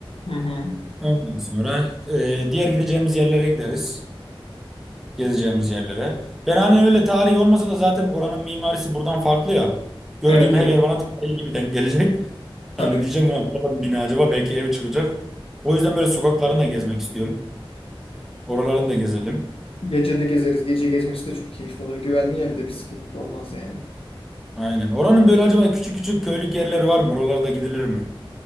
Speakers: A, on the left (about 80°); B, in the centre.
A: Hı hı.
B: Ondan sonra e, diğer gideceğimiz yerlere gideriz. gezeceğimiz yerlere. Ben hani öyle tarihi olmasa da zaten oranın mimarisi buradan farklı ya. Gördüğüm
A: Evet evet.
B: her yer bana tarihi gibi denk <laughs> gelecek.
A: Tabii.
B: Hani diyeceğim ki "Ulan bu adam bina acaba belki ev çıkacak. O yüzden böyle sokaklarını da gezmek istiyorum. Oralarını da gezelim.
A: Gece de gezeriz. Gece gezmesi de çok keyifli oluyor. Güvenli ya bir de bir sıkıntı da olmaz yani.
B: Aynen. Oranın böyle acaba küçük küçük köylük yerleri var mı? Oralara da gidilir mi?